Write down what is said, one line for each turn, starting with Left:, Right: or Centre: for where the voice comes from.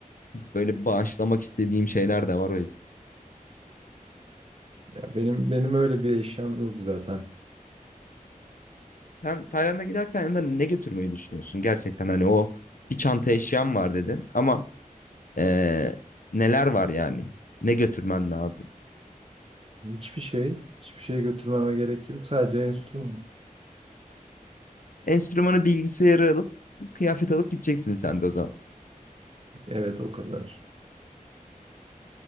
Left: Böyle bağışlamak istediğim şeyler de var o yüzden.
Right: Ya benim benim öyle bir eşyam yok zaten.
Left: Sen Tayland'a giderken yanında ne götürmeyi düşünüyorsun? Gerçekten hani o bir çanta eşyam var dedin ama eee, neler var yani? Ne götürmen lazım?
Right: Hiçbir şey, hiçbir şey götürmeme gerek yok. Sadece enstrüman.
Left: Enstrümanı bilgisayarı alıp kıyafet alıp gideceksin sen de o zaman.
Right: Evet o kadar.